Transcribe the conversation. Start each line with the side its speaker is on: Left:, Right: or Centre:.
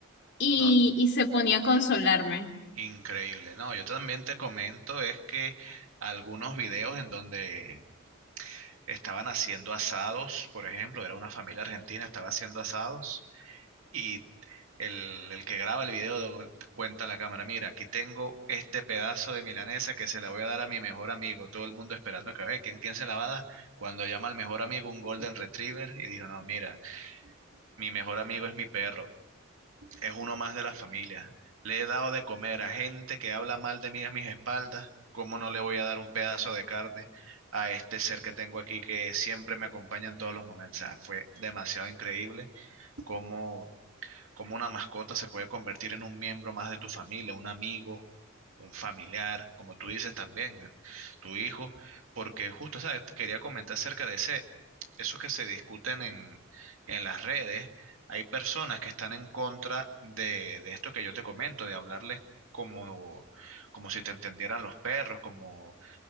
Left: y,
Right: No,
Left: y se ponía a consolarme.
Right: increíble. No, yo también te comento es que algunos videos en donde estaban haciendo asados, por ejemplo, era una familia argentina, estaba haciendo asados y el, el que graba el video do- cuenta a la cámara, mira, aquí tengo este pedazo de milanesa que se la voy a dar a mi mejor amigo, todo el mundo esperando que vea, ¿quién, quién se la va a dar? Cuando llama al mejor amigo un Golden Retriever y dijo, no, mira, mi mejor amigo es mi perro es uno más de la familia. Le he dado de comer a gente que habla mal de mí a mis espaldas. ¿Cómo no le voy a dar un pedazo de carne a este ser que tengo aquí que siempre me acompaña en todos los momentos? O sea, fue demasiado increíble cómo cómo una mascota se puede convertir en un miembro más de tu familia, un amigo, un familiar, como tú dices también, tu hijo, porque justo, ¿sabes? Quería comentar acerca de ese, esos que se discuten en, en las redes. Hay personas que están en contra de, de esto que yo te comento, de hablarles como, como si te entendieran los perros, como